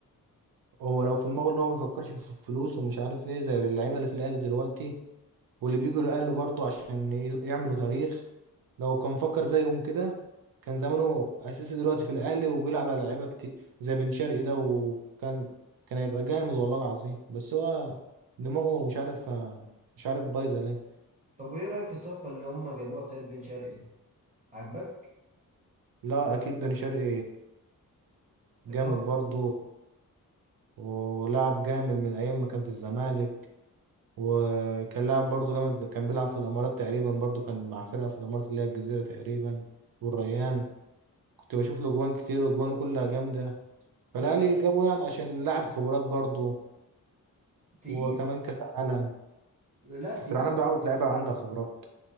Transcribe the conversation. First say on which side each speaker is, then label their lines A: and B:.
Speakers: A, on the right; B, on the right.
A: هو لو في دماغه اللي هو ما بيفكرش في الفلوس ومش عارف ايه زي اللعيبة اللي في الأهلي دلوقتي واللي بيجوا الأهلي برضه عشان ي- يعملوا تاريخ لو كان فكر زيهم كده كان زمانه أساسي دلوقتي في الأهلي وبيلعب على لعيبة كتير زي بن شرقي ده وكان كان هيبقى جامد والله العظيم بس هو دماغه مش عارف مش عارف بايظة ليه
B: طب وايه رأيك في الصفقة اللي هم جابوها بتاعت بن شرقي دي عجبك
A: لا أكيد بن شرقي
B: اضافة
A: جامد برضه ولاعب جامد من ايام ما كان في الزمالك وكان لاعب برضه جامد كان بيلعب في الامارات تقريبا برضه كان مع فرقه في الامارات اللي هي الجزيره تقريبا والريان كنت بشوف له جوان كتير وجوانه كلها جامده فالاهلي
B: لا بس
A: جابه يعني عشان لاعب خبرات برضه
B: تقيل
A: وكمان كاس عالم
B: لا تقيل
A: كاس العالم ده عاوز لعيبه عندها خبرات